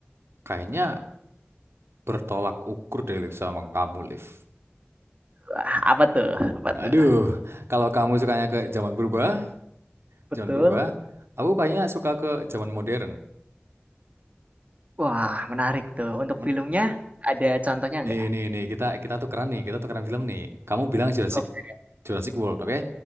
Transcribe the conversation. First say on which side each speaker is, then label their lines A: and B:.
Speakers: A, on the right; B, on the right.
A: kayaknya bertolak ukur deh Liv sama kamu, Liv.
B: Wah, apa tuh? Apa
A: Aduh,
B: tuh?
A: kalau kamu sukanya ke zaman purba,
B: Betul.
A: zaman purba, aku kayaknya suka ke zaman modern.
B: Wah, menarik tuh. Untuk
A: Men-
B: filmnya ada contohnya
A: nih,
B: nggak?
A: nih, nih, kita kita tuh keren nih, kita tuh keren film nih. Kamu bilang Jurassic
B: Oke,
A: Jurassic World, oke?